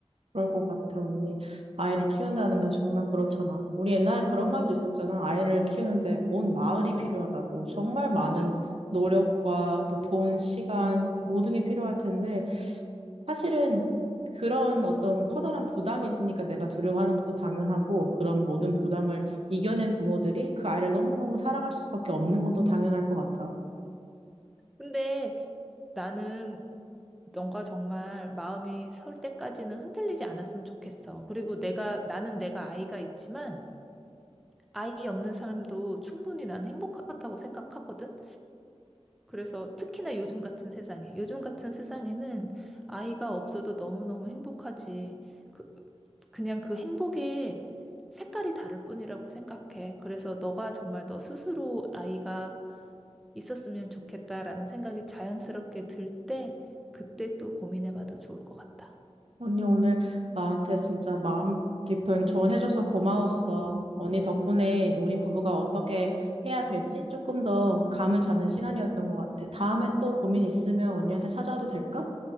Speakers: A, on the right (about 60°); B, in the centre.
A: 그럴 것 같아, 언니. 아이를 키운다는 게 정말 그렇잖아. 우리 옛날에 그런 말도 있었잖아. 아이를 키우는데 온 마을이 필요하다고. 정말 많은
B: 맞아.
A: 노력과 또 돈, 시간, 모든 게 필요할 텐데, 사실은 그런 어떤 커다란 부담이 있으니까 내가 두려워하는 것도 당연하고, 그런 모든
B: 음.
A: 부담을 이겨낸 부모들이 그 아이를 너무너무 사랑할 수밖에 없는 것도 당연할 것 같아.
B: 근데 나는 너가 정말 마음이 설 때까지는 흔들리지 않았으면 좋겠어. 그리고 내가, 나는 내가 아이가 있지만, 아이 없는 삶도 충분히 난 행복하다고 생각하거든. 그래서 특히나 요즘 같은 세상에, 요즘 같은 세상에는 아이가 없어도 너무너무 행복하지. 그, 그냥 그 행복의 색깔이 다를 뿐이라고 생각해. 그래서 너가 정말 너 스스로 아이가 있었으면 좋겠다라는 생각이 자연스럽게 들 때, 그때 또 고민해봐도 좋을 것 같다.
A: 언니 오늘 나한테 진짜 마음 깊은 조언해줘서 고마웠어. 언니 덕분에 우리 부부가 어떻게 해야 될지 조금 더 감을 잡는 시간이었던 것 같아. 다음에 또 고민 있으면 언니한테 찾아와도 될까?